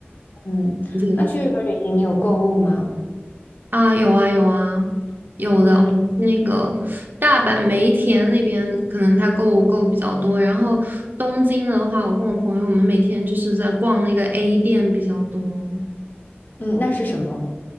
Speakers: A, on the left; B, on the right.
A: 嗯，
B: 对
A: 那去日本旅行你有购物吗？
B: 啊，有啊有啊，有的，
A: 嗯
B: 那个大阪梅田那边可能他购物购比较多，然后东京的话，我跟我朋友我们每天就是在逛那个 A 店比较多
A: 嗯，那是什么？